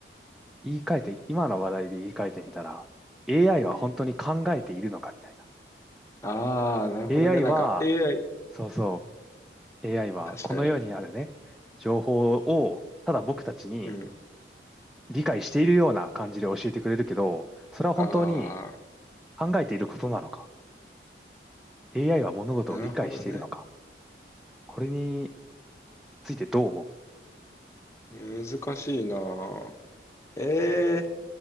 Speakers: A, in the centre; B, on the left.
A: 言い換えて、今の話題で言い換えてみたら、AI は本当に考えているのかみたいな。
B: うん。ああ、なるほどね。
A: AI
B: なんか
A: は、
B: AI、
A: そうそう、AI はこの世にあるね、
B: 確かに。
A: 情報をただ僕たちに
B: うん。
A: 理解しているような感じで教えてくれるけど、それは本当に
B: ああ、
A: 考えていることなのか ?AI は物事を理解しているのか
B: なるほどね。
A: これについてどう思う
B: 難しいなええー